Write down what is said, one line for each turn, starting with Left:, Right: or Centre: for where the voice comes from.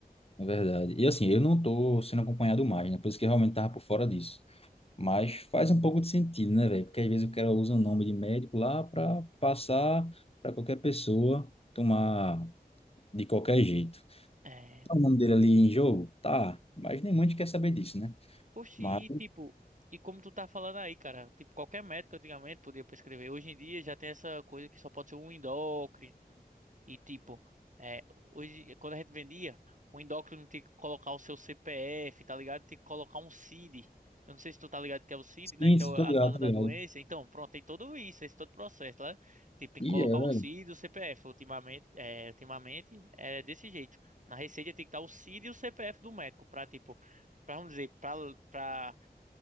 Left: é verdade. E assim, eu não tô sendo acompanhado mais, né? Por isso que eu realmente tava por fora disso. Mas faz um pouco de sentido, né, velho? Porque às vezes o cara usa o nome de médico lá para passar para qualquer pessoa tomar de qualquer jeito.
Right: É,
Left: Tá o nome dele ali em jogo? Tá. Mas nem muito quer saber disso, né?
Right: Oxi,
Left: Mas,
Right: e tipo, e como tu tá falando aí, cara, tipo, qualquer médico antigamente podia prescrever. Hoje em dia já tem essa coisa que só pode ser um endócrino. E tipo, é, hoje, quando a gente vendia, o endócrino tinha que colocar o seu CPF, tá ligado? Tinha que colocar um CID. Eu não sei se tu tá ligado que é o CID, né?
Left: isso,
Right: Que é o-
Left: tô
Right: a
Left: ligado,
Right: causa
Left: tô
Right: da
Left: ligado.
Right: doença. Então, pronto, tem tudo isso, esse todo processo, né? Tipo, tem
Left: E
Right: que colocar
Left: é, velho.
Right: um CID e o CPF. Ultimamente, é, ultimamente é desse jeito. Na receita tem que estar o CID e o CPF do médico pra, tipo, pra, vamos dizer, pra, pra,